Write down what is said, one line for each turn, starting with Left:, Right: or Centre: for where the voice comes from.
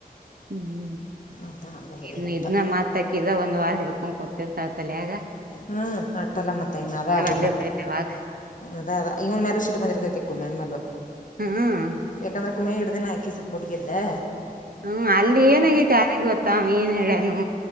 Right: ಹ್ಮ್
Left: ಅದ ಹಂಗೆ ಹೇಳಿದಟ್ಟ
Right: ಇದ್ನ ಮತ್ತ ಅಕಿದ ಒಂದ್ ವಾರ ಹಿಡ್ಕೊಂಡ್ ಕುತಿರುತಾಳ ತಲ್ಯಗ
Left: ಹ್ಮ್ ಅಟಲ್ಲ ಮತ್ತ ಇನ ಅದೇ ಆಗೋದಲ್ಲಾ.
Right: ಬಂದಿರ್ತೈತಿ ಅವಾಗ
Left: ಅದ ಅದ ಇವನ್ ಮೇಲೆ ಸಿಟ್ ಬಂದಿರ್ತೈತಿಕ್ಕು ಕುಮಿನ್ ಮೆನ್ ಮೇಲೆ
Right: ಹ್ಮ್
Left: ಯಾಕಂದ್ರೆ. ಕುಮ್ಮೆ ಹಿಡ್ದೇನೆ ಹಾಕಿ ಸಪೋರ್ಟ್ಗೆದ್ದೆ.
Right: ಹ್ಮ್ ಅಲ್ಲಿ ಏನಗೈತಿ ಯಾರಗ್ ಗೊತ್ತಾ ಅವನು ಏನ್ ಹೇಳ್ಯನು.